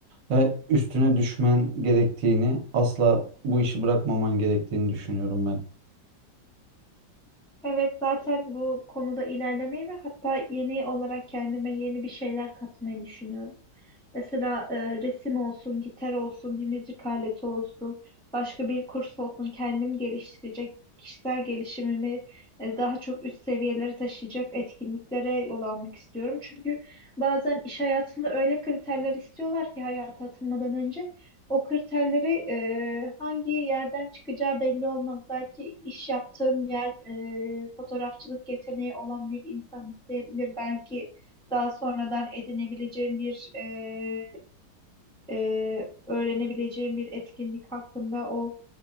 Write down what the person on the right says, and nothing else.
Ve üstüne düşmen gerektiğini, asla bu işi bırakmaman gerektiğini düşünüyorum ben.